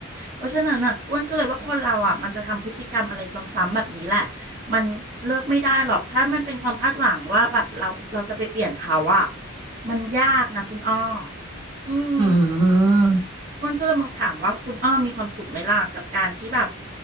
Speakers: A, on the right; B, on the right.
A: เพราะฉะนั้นน่ะอ้วนก็เลยว่าคนเราอ่ะมันจะทำพฤติกรรมอะไรซ้ำๆแบบนี้แหละมันเลิกไม่ได้หรอกถ้ามันเป็นความคาดหวังว่าแบบเราเราจะไปเปลี่ยนเขาอ่ะมันยากนะคุณอ้ออืม
B: อืม
A: อ้วนก็เลยมาถามว่าคุณอ้อมีความสุขไหมล่ะกับการที่แบบ